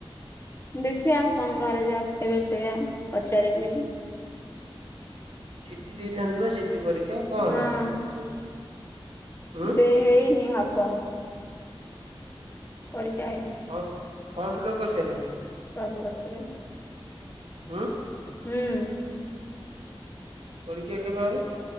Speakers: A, on the left (about 30°); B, on the right (about 90°).
A: ଦେଖିଆ କଁ ଘରେ ଯାହା କହିବେ ସେଇଆ ପଚାରିବି।
B: ସିଟି ଦେଇଥାନ୍ତୁ ବା ସିଟି ପରୀକ୍ଷା କଣ ହେଲା
A: ହଁ
B: ସେ ବିଷୟରେ? ଉଁ
A: ଦେ ହେଇନି ହବ। ପରିକା ହେଇନି।
B: ଅ ଫମ ଫିଲପ କରିସାଇଲୁଣି।
A: ସବୁ ବର୍ଷ ରେ।
B: ଉଁ।
A: ହୁଁ।
B: ପରୀକ୍ଷା କେବେ ହବ?